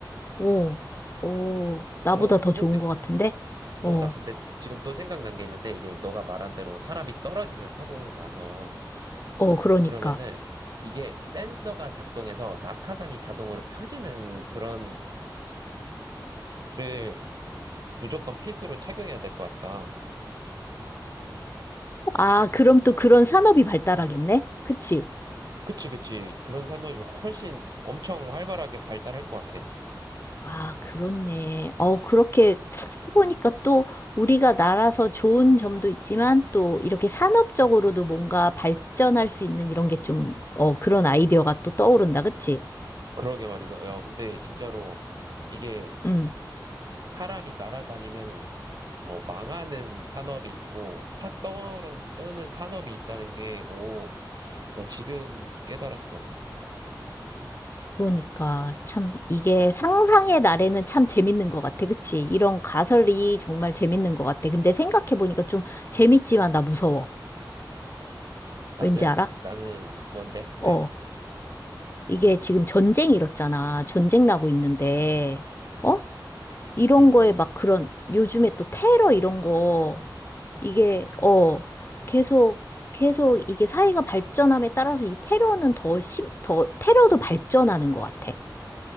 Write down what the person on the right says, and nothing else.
어,
그것도,
있-
어, 나 근데 지금 또 생각난 게 있는데, 이제 너가 말한 대로 사람이 떨어지는 사고 나서,
그러면은 이게 센서가 작동해서 낙하산이 자동으로 펴지는 그런 기계를 무조건 필수로 착용해야 될 것 같다.
그치, 그치. 그런 산업이 훨씬 엄청 활발하게 발달할 것 같아.
그러게 말이다. 야, 근데 진짜로 이게
사람이 날아다니면 어, 망하는 산업이 있고 확 떠오른, 떠는 산업이 있다는 게, 오, 나 지금 깨달았어.
나는,
나는 뭔데? 왜?
음,